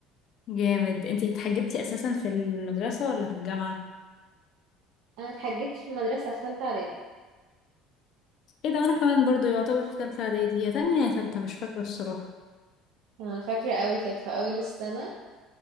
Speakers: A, on the left; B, on the right.
A: جامد انتي اتحجبتي اساسا في المدرسة ولا في الجامعة
B: انا اتحجبت في المدرسة في تالتة اعدادي
A: ايه ده وانا كمان برضو يعتبر في تالتة اعدادي يا تانية يا تالتة مش فاكرة الصراحة
B: انا فاكرة قوي كانت في اول السنة